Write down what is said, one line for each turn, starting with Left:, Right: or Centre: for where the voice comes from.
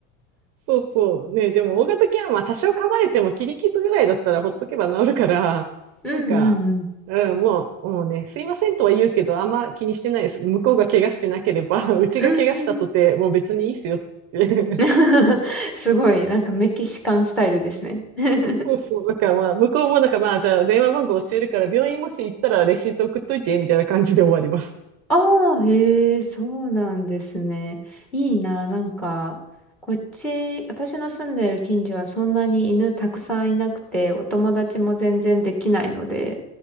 Right: そうそう。ね、でも大型犬はまあ多少噛まれても切り傷ぐらいだったらほっとけば治るから、
Centre: <laughs> うんうんうん。
Right: なんか、うん、もう、もうね、すいませんとは言うけど、あんま気にしてないです。向こうが怪我してなければ、<laughs> うちが怪我したとて、
Centre: うんうん。
Right: もう別にいいっすよって。<laughs>
Centre: <laughs> すごい、なんかメキシカンスタイルですね。<laughs>
Right: そうそう。だからまあ、向こうもなんかまあ、じゃあ電話番号教えるから、病院もし行ったらレシート送っといて、みたいな感じで終わります。
Centre: ああ、へえ、そうなんですね。いいな、なんか、こっち、私の住んでる近所はそんなに犬たくさんいなくて、お友達も全然できないので、